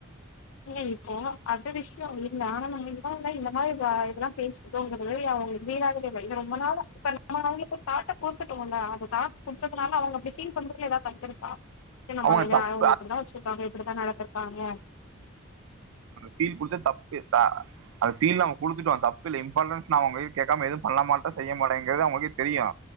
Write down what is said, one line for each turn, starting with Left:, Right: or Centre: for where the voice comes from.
Left: இல்ல இப்போ அது விஷயம் இல்ல ஆனா நாங்க இவங்க இல்ல இந்த ஆ இதெல்லா பேசதோங்கிறது அவுங்க வீடாத இல்ல இ ரொம்ப நாளா இப்ப நம்ம அவங்களுக்கு தாட்ட கொடுத்துட்டோ அத தாட்ட குடுத்ததுனால அவுங்க அப்பிடி ஃபீல் பண்றதுல ஏதாது தட்டுருக்கா சின்னம்மங்க
Right: அவங்க
Left: இங்க நாங்க
Right: தப்பு
Left: உங்கள இப்பிடிதா வச்சிருக்காங்க இப்பிடித்தா நடந்திருக்காங்க
Right: ஃபீல் குடுத்தது தப்பு அ அந்த ஃபீல்லா நம குடுத்துட்டோ தப்பு இல்ல இம்பார்டன்ஸ் நா உங்கீ கேட்காம எதுவு பண்ண மாட்டே செய்ய மாட்டேங்கறது அவுங்கக்கே தெரியு